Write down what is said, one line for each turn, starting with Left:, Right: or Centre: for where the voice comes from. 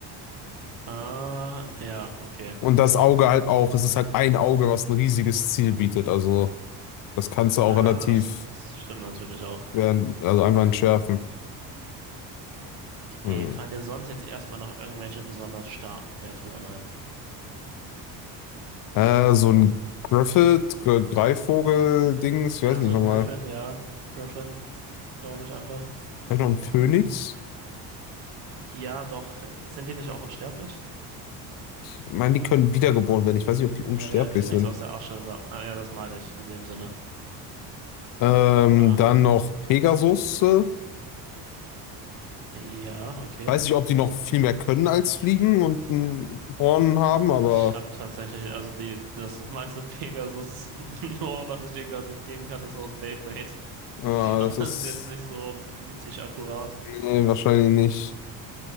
Right: Ah, ja, okay.
Left: Und das Auge halt auch, es ist halt ein Auge, was ein riesiges Ziel bietet. Also das kannst du auch
Right: Ah,
Left: relativ,
Right: das, das stimmt natürlich auch.
Left: werden, also einfach entschärfen.
Right: Okay,
Left: Hm.
Right: fallen dir sonst jetzt erstmal noch irgendwelche besonders starken Kreaturen ein?
Left: Äh, so ein Griffith, Gre- Greifvogel-Dings,
Right: Ja,
Left: wie heißen
Right: so
Left: die nochmal?
Right: ein Griffin, ja. Griffin, glaube ich einfach.
Left: Vielleicht noch ein Phönix?
Right: Ja, doch. Sind die nicht auch unsterblich?
Left: Ich meine, die können wiedergeboren werden. Ich weiß nicht, ob die unsterblich
Right: Ja, wie ein Phönix
Left: sind.
Right: aus der Asche. Sagt, ah, ja, das meine ich in dem Sinne.
Left: Ähm,
Right: Ah,
Left: dann noch Pegasus. äh,
Right: ja, okay.
Left: Weiß nicht, ob die noch viel mehr können als fliegen und ein Horn haben, aber
Right: Ich habe tatsächlich, also die, das meiste Pegasus-Lore, <laughs> was ich dir gerade geben kann, ist aus Beyblade.
Left: äh,
Right: Ich
Left: das
Right: glaube,
Left: ist
Right: das ist jetzt nicht so mythisch akkurat.
Left: nee, wahrscheinlich nicht.